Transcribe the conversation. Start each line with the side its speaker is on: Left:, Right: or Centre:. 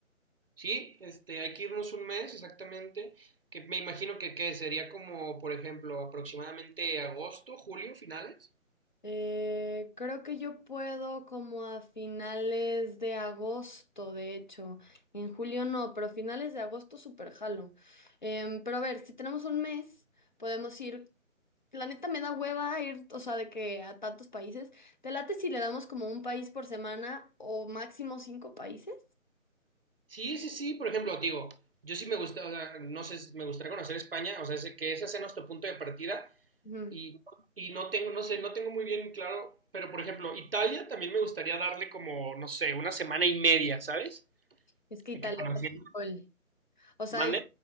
Right: ¿Sí? Este, hay que irnos un mes exactamente, que me imagino que, ¿qué? sería como, por ejemplo, aproximadamente agosto, julio, finales.
Left: Eh, creo que yo puedo como a finales de agosto, de hecho. En julio no, pero finales de agosto súper jalo. Em, pero a ver, si tenemos un mes, podemos ir. La neta me da hueva ir, o sea, de que a tantos países. ¿Te late si le damos como un país por semana o máximo cinco países?
Right: Sí, sí, sí, por ejemplo, digo, yo sí me gusta, o sea, no sé, me gustaría conocer España, o sea, sé que ese sea nuestro punto de partida,
Left: Ujú.
Right: Y, no, y no tengo, no sé, no tengo muy bien claro, pero por ejemplo, Italia también me gustaría darle como, no sé, una semana y media, ¿sabes?
Left: Es que
Right: De
Left: Italia
Right: que conociendo.
Left: está muy cool. O sea,
Right: ¿Mande?